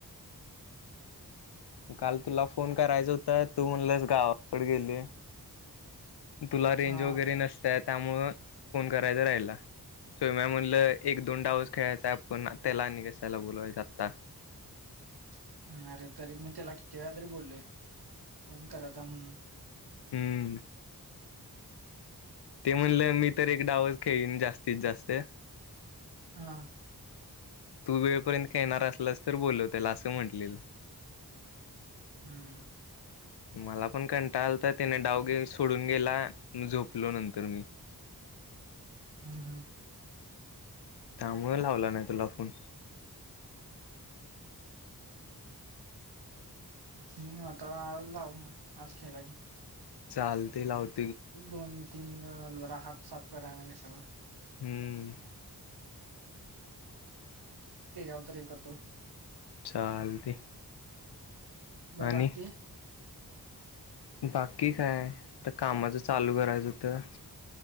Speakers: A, on the left (about 90°); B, on the right (about 75°).
A: काल तुला फोन करायचा हुता, तू म्हणलंस गावाकड गेलोय. तुला रेंज
B: हा
A: वगैरे नसत्या, त्यामुळं फोन करायचा राहिला. सोम्या म्हणल, अ एक दोन डावच खेळायचय आपण त्याला आणि कशाला बोलवायच आता.
B: <inaudible> अरे तरी मी तेला, किती वेळा तरी बोललोय फोन करत जा म्हणून?
A: हूमम. ते म्हणलं, मी तर एक डावच खेळीन जास्तीत जास्त
B: हा.
A: तू वेळपर्यंत खेळणार असलास तर, बोलव त्याला आसं म्हणटलेल.
B: हम्म. हम्म.
A: मला पण कंटाळा आलता तेनं डाव घेऊन. सोडून गेला झोपलो नंतर मी.
B: हम्म. हम्म.
A: त्यामुळ लावला नाही तुला फोन.
B: हम् आता आज लाव मग आज खेळला की.
A: चालते लावतो.
B: दोन तीन जरा हात साफ करा याच्यावर.
A: हम्म.
B: त्याच्यावर तरी हे करतो.
A: चालते.
B: बर
A: आणि
B: बाकी.
A: बाकी काय तर कामाचं चालू करायचं हुतं.